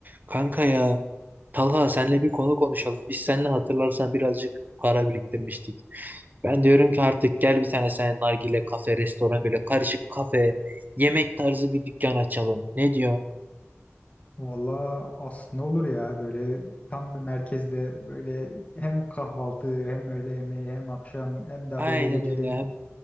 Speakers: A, on the right; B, on the left.
A: Kanka ya Talha senle bir konu konuşalım. Biz seninle hatırlarsan birazcık para biriktirmiştik. Ben diyorum ki artık gel bir tane sen nargile kafe, restoran böyle karışık kafe, yemek tarzı bir dükkan açalım. Ne diyorsun?
B: Valla aslında olur ya böyle tam bir merkezde böyle hem kahvaltı hem öğle yemeği hem akşam hem de
A: Aynen
B: böyle geceleyin
A: öyle. Hem